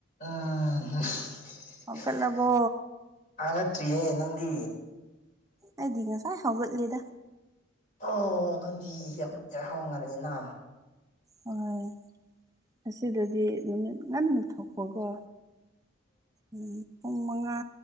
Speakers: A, on the left (about 40°); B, on the right (about 15°).
A: ꯑꯥ ꯑꯁ <unintelligible>
B: ꯍꯧꯒꯠꯂꯕꯣ
A: ꯍꯧꯒꯠꯇ꯭ꯔꯤꯌꯦ ꯅꯪꯗꯤ
B: ꯑꯩꯗꯤ ꯉꯁꯥꯏ ꯍꯧꯒꯠꯂꯦꯗ
A: ꯑꯣ ꯅꯪꯗꯤ ꯌꯥꯝ ꯌꯥꯍꯥꯎ ꯉꯜꯂꯤꯅ
B: ꯍꯣꯏ ꯑꯁꯤꯗꯗꯤ ꯅꯨꯃꯤꯠ ꯉꯟꯅ ꯊꯣꯛꯄꯀꯣ ꯎꯝ ꯄꯨꯡ ꯃꯉꯥ